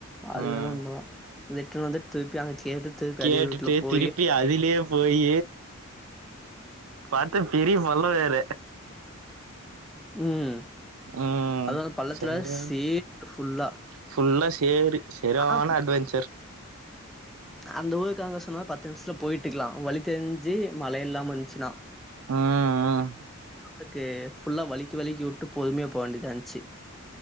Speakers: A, in the centre; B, on the right.
A: அது
B: ம்
A: வேண உண்மதா ரிட்டன்னு வந்துட்டு திருப்பி அங்க கேட்டு திருப்பி
B: கேட்டுட்டு
A: அதே ரூட்ல போயி
B: திருப்பி அதுலயே போயி பாத்த பெரிய பல்லொ வேற
A: ம்
B: ம்
A: அது அந்து பள்ளத்துல
B: சரியான
A: சேர் ஃபுல்லா
B: ஃபுல்லா சேரு செரியான
A: ஆனா
B: அட்வெஞ்சர்
A: அந்த ஊருக்கு அங்க சொன்ன பத்து நிமிஷத்துல போயிட்டுக்குலா வழி தெரிஞ்சு மழ இல்லாம இருந்ச்சுனா
B: ஆ அ
A: அதுக்கு ஃபுல்லா வலிக்கு வலிக்கு வுட்டு பொறுமையா போ வேண்டியதா இருந்ச்சு